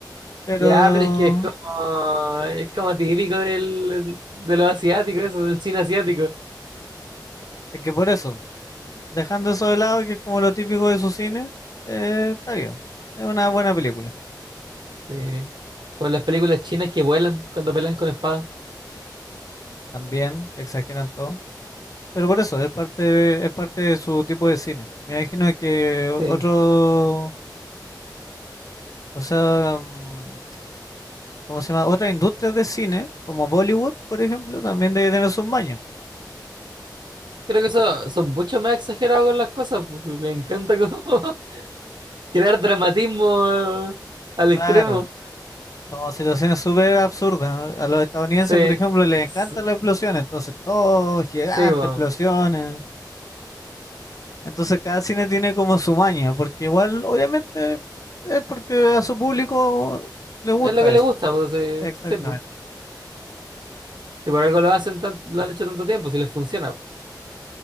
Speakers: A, on the left; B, on the right.
A: pero
B: Ya, pero es que es como, es como típico del, de los asiáticos, eso, del cine asiático.
A: es que por eso, dejando eso de lado, que es como lo típico de su cine, eh, está bien. Es una buena película.
B: Sí. Con las películas chinas que vuelan cuando pelean con espadas.
A: También exageran todo. Pero por eso, es parte, de- es parte de su tipo de cine. Me imagino que
B: Sí.
A: otro, o sea, mm, ¿cómo se llama? Otras industrias de cine, como Bollywood, por ejemplo, también debe tener sus mañas.
B: Creo que eso son mucho más exagerados con las cosas. Pues, le encanta como <laughs> crear dramatismo eh, al
A: Claro,
B: extremo.
A: como situaciones súper absurdas. ¿no? A los estadounidenses,
B: Sí,
A: por ejemplo, les encantan
B: sí,
A: las explosiones, entonces todo gigante,
B: sí, po.
A: explosiones. Entonces cada cine tiene como su maña, porque igual, obviamente, es porque a su público le gusta
B: Es lo que le
A: eso.
B: gusta, pues, sí,
A: Exactamente.
B: sí, po. Si por algo lo hacen tan- lo han hecho tanto tiempo, si les funciona.